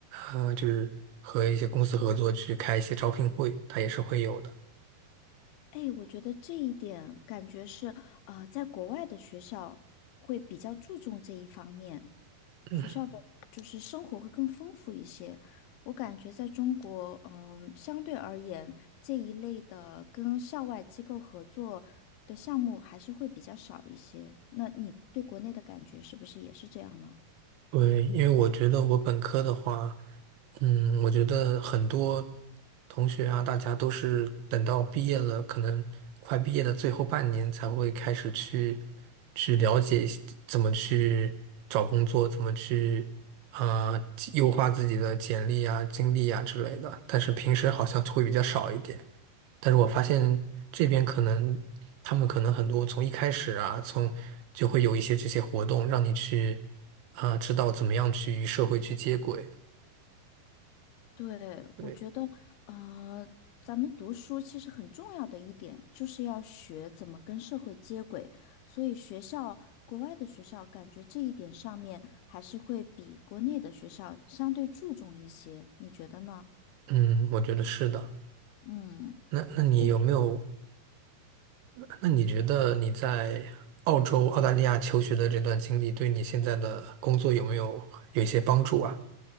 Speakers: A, on the right (about 80°); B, on the left (about 80°).
A: 呃，就是和一些公司合作去开一些招聘会，它也是会有的。
B: 哎，我觉得这一点感觉是，呃，在国外的学校会比较注重这一方面。学校的就是生活会更丰富一些。
A: 嗯，
B: 我感觉在中国，嗯，相对而言，这一类的跟校外机构合作的项目还是会比较少一些。那你对国内的感觉是不是也是这样呢？
A: 对，因为我觉得我本科的话，嗯，我觉得很多同学啊，大家都是等到毕业了，可能快毕业的最后半年才会开始去去了解一些怎么去找工作，怎么去啊、呃优化自己的简历啊、经历啊之类的。但是平时好像会比较少一点。但是我发现这边可能他们可能很多从一开始啊，从就会有一些这些活动，让你去啊、知道怎么样去与社会去接轨。
B: 对，
A: 对。
B: 我觉得，呃，咱们读书其实很重要的一点，就是要学怎么跟社会接轨。所以学校，国外的学校，感觉这一点上面还是会比国内的学校相对注重一些，你觉得呢？
A: 嗯，我觉得是的。
B: 嗯。
A: 那那你有没有？
B: 所以。
A: 那那你觉得你在澳洲、澳大利亚求学的这段经历，对你现在的工作有没有有一些帮助啊？